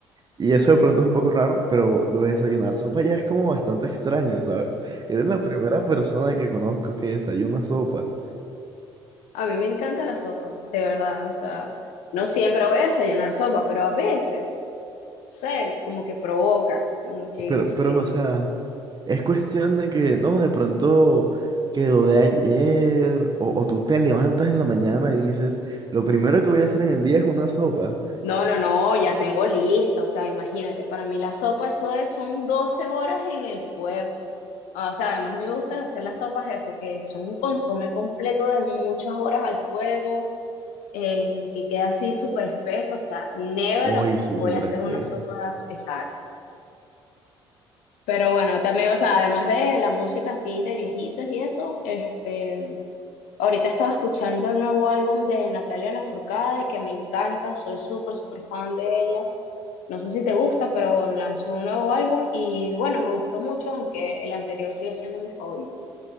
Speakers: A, on the right; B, on the left.
A: Y eso de pronto es un poco raro, pero lo de desayunar sopa ya es como bastante extraño, ¿sabes? Eres la primera persona que conozco que desayuna sopa.
B: A mí me encanta la sopa, de verdad. O sea, no siempre voy a desayunar sopa, pero a veces, no sé, como que provoca, como que
A: Pero,
B: no sé.
A: pero, o sea, es cuestión de que, no, de pronto quedó de ayer, o, o tú te levantas en la mañana y dices, lo primero que voy a hacer en el día es una sopa.
B: No, no, no, ya tengo lista, o sea, imagínate, para mí la sopa eso es, son 12 horas en el fuego. Ah, O sea, además a mí me gusta hacer las sopas eso, que son un consomé completo de muchas horas al fuego, eh, que queda así súper espeso, o sea, never
A: Uy, sí,
B: voy
A: súper
B: a hacer
A: espesa.
B: una sopa exacta. Pero bueno, también, o sea, además de la música así de viejitos y eso, este, ahorita estaba escuchando el nuevo álbum de Natalia Lafourcade, que me encanta, soy súper, súper fan de ella. No sé si te gusta, pero lanzó un nuevo álbum y bueno, me gustó mucho, aunque el anterior sigue siendo mi favorito.